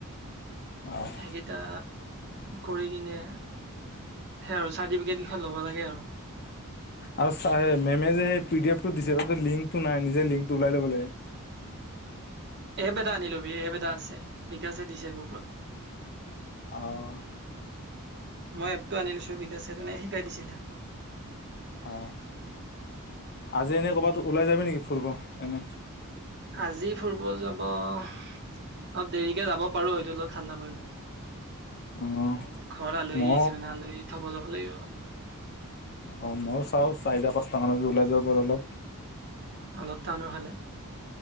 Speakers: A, on the left; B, on the right.
A: অ',
B: সেইকেইটা। কৰি কিনে সেই আৰু চাৰ্টিফিকেট কেইখন ল'ব লাগে আৰু।
A: আৰু মেমেজ পিডিএফটো দিছে ত লংকটো নাই নিজে লিংকটো ওলাই ল'ব লাগে।
B: এপ এটা আনিলবি এপ এটা আছে বিকাশে দিছে গ্ৰুপত
A: আহ
B: মই এপটো আনি দিছো বিকাশে তেনে শিকাই দিছিলে।
A: অ আজি এনে কৰ'বাত ওলাই যাবি নেকি ফুৰিব এনে।
B: আজি ফুৰিব যাব অলপ দেৰিকে যাব পাৰো হয়তো অলপ ঠাণ্ডা পৰিলে।
A: অ',
B: ঘৰ লহী
A: মই
B: আহিছে নে আলহী থব যাব লাগিব।
A: অ ময়ো চাও চাৰিটা পাঁচটা মান ওলাই যাব পাৰু অলপ।
B: অলপ টানৰ হালে।